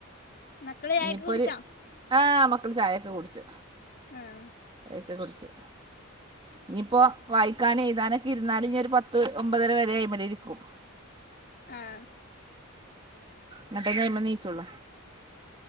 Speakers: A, on the left; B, on the right.
A: മക്കള് ചായൊക്കെ
B: ഇനിയിപ്പൊരു
A: കുടിച്ചോ
B: ആഹ് മക്കള് ചായൊക്കെ കുടിച്ചു
A: ആഹ്
B: ചായൊക്ക കുടിച്ചു ഇനിയിപ്പോ വായിക്കാനും എഴുതാനൊക്കെ ഇരുന്നാല് ഇനിപൊ ഒരു പത്ത് ഒമ്പതര വരെ അയ്മല് ഇരിക്കും
A: ആഹ്
B: ങ്ങട്ടേ അയ്മന്ന് നീച്ചൊളൂ